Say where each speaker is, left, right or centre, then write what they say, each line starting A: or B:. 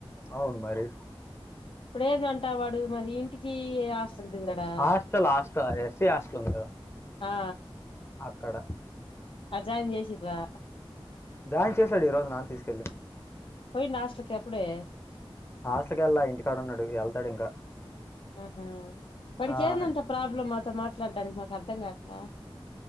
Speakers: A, on the left (about 25°); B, on the left (about 65°).
A: అవును మరి
B: ఇప్పుడేదంట వాడు మరి ఇంటికి హాస్టల్ దిగుతాడా
A: హాస్టల్ హాస్టల్ ఎస్సీ హాస్టల్ ఉంది కదా
B: ఆ
A: అక్కడ
B: అ జాయిన్ చేసిర్రా
A: జాయిన్ చేశడు ఈరోజు నాన్న తీసుకెళ్ళి
B: పోయిండా హాస్టల్ కి అప్పుడే
A: హాస్టల్కి ఎళ్ళలే ఇంటికాడున్నాడు ఎళ్తాడు ఇంకా
B: ఆహ వాడికి
A: ఆ,
B: ఏందంత ప్రాబ్లమ్ మాతో మాట్లాడానికి మాకు అర్ధం కావట్లే